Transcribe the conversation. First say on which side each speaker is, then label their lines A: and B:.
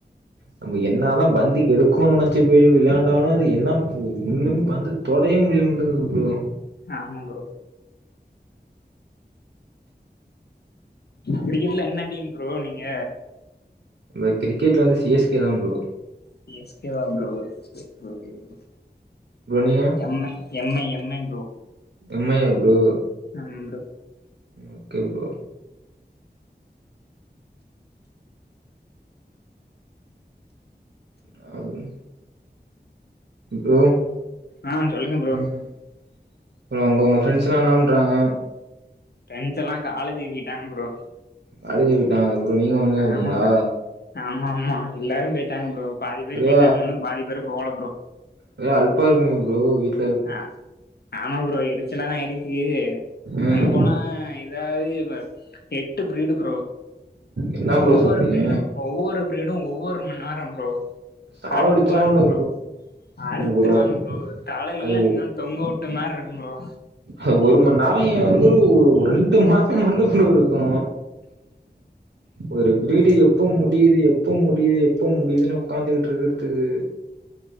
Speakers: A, on the right; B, on the left.
A: நம்ம என்னாதா பந்து எடுக்கோனு நென்ச்சி போயி விளாண்டாலும் அது என்ன பு ஒன்னும் பந்து தொடய முடிய மாட்டங்குது ப்ரோ
B: ஆமா ப்ரோ கிரிக்கெட்ல என்ன டீம் ப்ரோ நீங்க
A: ப கிரிக்கெட்ல வந்து சி எஸ் கே தா ப்ரோ
B: சி எஸ் கே வா ப்ரோ செரி ப்ரோ செரி ப்ரோ
A: ப்ரோ நீங்க
B: எம்ம M I M I bro
A: M I yeah bro
B: ஆமா ப்ரோ
A: ஓகே ப்ரோ ராகுல் ப்ரோ
B: ஆ சொல்லுங்க ப்ரோ
A: ம் அப்றம் உங்கவுங்க ஃப்ரெண்ஸ்ஸெல்லா ன்னா பண்றாங்க
B: ஃபிரெண்ட்ஸ் எல்லா காலேஜிகி கிட்டாங்க ப்ரோ
A: காலேஜி விட்டாங்களா ப்ரோ நீங்க மட்டுதா இருக்கீங்ளா
B: ஆமா ப்ரோ ஆமா ஆமா எல்லாரு பேயிட்டாங்க ப்ரோ பாதி பேரு
A: ஒரே
B: பேயிட்டானுங்க இன்னு பாதி பேரு போகல ப்ரோ
A: ஒரே அல்பா இருக்குமே ப்ரோ வீட்
B: அ ஆமா ப்ரோ எரிச்சலா தா இருக்கு
A: ம்
B: அங்க போனா இதா அ இ ப எட்டு ப்ரீடு ப்ரோ
A: என்ன ப்ரோ
B: ஒவ்வொரு
A: சொல்றீங்க
B: ப்ரீடு ஒவ்வொரு ப்ரீடு‌ ஒவ்வொரு மண் நேரோ ப்ரோ
A: சாவடிச்சலாம்
B: கடுப்பா இருக்கு
A: இல்ல
B: ப்ரோ அறுத்துருவாங்க
A: ஒரு
B: ப்ரோ தலயி
A: அது
B: தொங்கவுட்ட மார்ருக்கு ப்ரோ
A: அ ஒரு மண் நேரோ எ வந்து ஒ ரெண் டு மாசோ மண்ணு குழு இருக்கு ஒரு பிரீடு எப்போ முடியுது எப் எப்ப முடியுது எப்ப முடியுதுன்னு உக்காந்துகிட்டு ருக்கிறதுக்கு